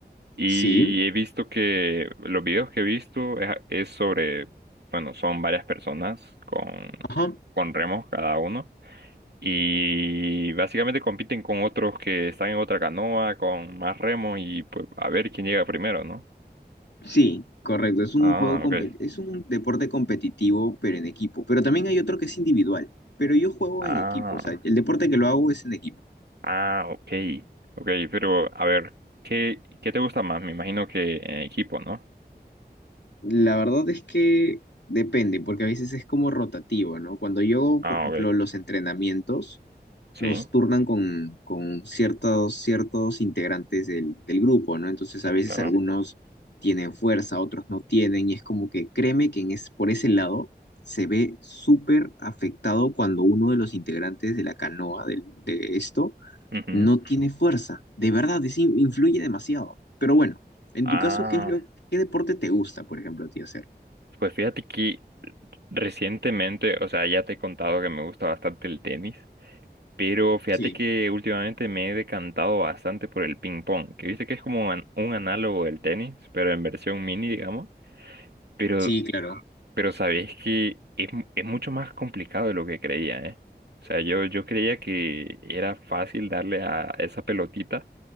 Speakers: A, on the right; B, on the left.
A: y
B: Sí,
A: he visto que los videos que he visto es, es sobre, bueno, son varias personas con,
B: ajá.
A: con remos cada uno. Y básicamente compiten con otros que están en otra canoa, con más remos y pues a ver quién llega primero, ¿no?
B: Sí, correcto. Es un
A: Ah,
B: juego compe-
A: ok.
B: es un deporte competitivo, pero en equipo. Pero también hay otro que es individual. Pero yo juego
A: Ah,
B: en equipo, o sea, el deporte que lo hago es en equipo.
A: ah, ok. Ok, pero a ver, ¿qué, qué te gusta más? Me imagino que en equipo, ¿no?
B: La verdad es que depende, porque a veces es como rotativo, ¿no? Cuando yo,
A: Ah,
B: por ejemplo,
A: ok.
B: los entrenamientos,
A: Sí,
B: nos turnan con, con ciertos, ciertos integrantes del, del grupo, ¿no? Entonces a veces
A: claro.
B: algunos tienen fuerza, otros no tienen, y es como que créeme que en es, por ese lado se ve súper afectado cuando uno de los integrantes de la canoa del- de esto
A: Ujú.
B: no tiene fuerza. De verdad, es in- influye demasiado. Pero bueno, en
A: Ah,
B: tu caso, ¿qué es lo, qué deporte te gusta, por ejemplo, a ti hacer?
A: pues fíjate que recientemente, o sea, ya te he contado que me gusta bastante el tenis. Pero fíjate
B: Sí,
A: que últimamente me he decantado bastante por el ping pong, que viste que es como an- un análogo del tenis, pero en versión mini, digamos. Pero,
B: sí,
A: Sí,
B: claro.
A: claro. pero sabéis que es, mu- es mucho más complicado de lo que creía, ¿eh? O sea, yo, yo creía que era fácil darle a esa pelotita,